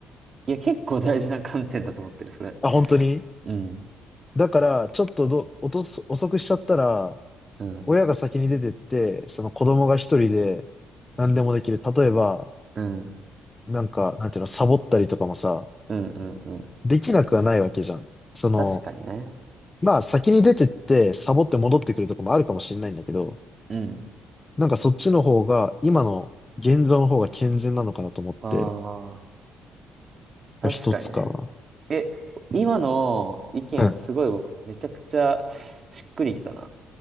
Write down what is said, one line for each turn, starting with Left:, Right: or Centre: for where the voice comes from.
Right: いや、結構大事な観点だと思ってる、それ。
Left: あ、本当に
Right: うん。
Left: だから、ちょっとど、おとす、遅くしちゃったら、
Right: うん。
Left: 親が先に出てって、その子供が一人で何でもできる。例えば、
Right: うん。
Left: なんか、なんていうの、サボったりとかもさ、
Right: うんうんうん。
Left: できなくはないわけじゃん。その、
Right: 確かにね。
Left: まあ先に出てって、サボって戻ってくるとかもあるかもしれないんだけど、
Right: うん。
Left: なんかそっちの方が、今の現状の方が健全なのかなと思って、
Right: ああ。確かにね。
Left: が一つか
Right: え、今の意見はすごい僕、
Left: な。うん。
Right: めちゃくちゃしっくりきたな。